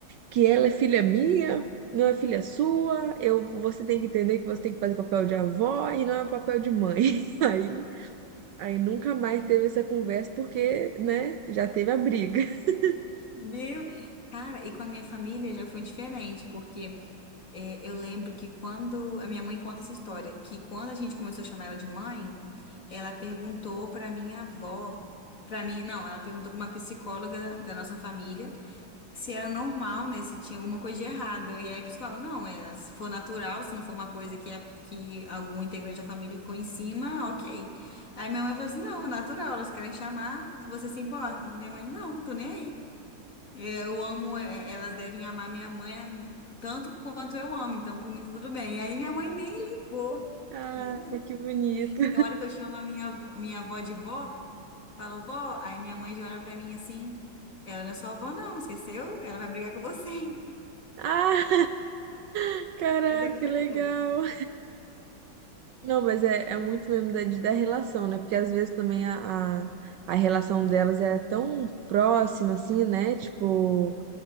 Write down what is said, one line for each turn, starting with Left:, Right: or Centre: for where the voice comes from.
Right: que ela é filha minha, não é filha sua, eu, você tem que entender que você tem que fazer papel de avó e não é papel de mãe. <laughs> Aí, aí nunca mais teve essa conversa porque, né, já teve a briga. <laughs>
Left: Meu. Cara, e com a minha família já foi diferente, porque é, eu lembro que quando. A minha mãe conta essa história, que quando a gente começou a chamar ela de mãe, ela perguntou pra minha avó, pra mim, não, ela perguntou pra uma psicóloga da da nossa família. se era normal, né? Se tinha alguma coisa de errado. E aí a psicóloga, não, é, se for natural, se não for uma coisa que, é, que algum integrante da família ficou em cima, ok. Aí minha mãe falou assim, não, é natural, elas querem chamar, se você se importa. Minha mãe, não, tô nem aí. É, Eu amo, é, elas devem amar minha mãe hum, tanto quanto eu amo, então por mim tá tudo bem. Aí minha mãe nem ligou,
Right: Ai,
Left: nem ligou.
Right: que bonito.
Left: Tem hora que eu chamo a minha, avó- minha avó de vó, falo vó, aí minha mãe já olha pra mim assim, ela não é sua avó não, esqueceu? Ela vai brigar com você.
Right: Ah, <laughs> caraca,
Left: Ainda briga
Right: que legal.
Left: comigo.
Right: Não, mas é, é muito mesmo da, de- da relação, né? Porque às vezes também a, a, a relação delas é tão próxima, assim, né? Tipo,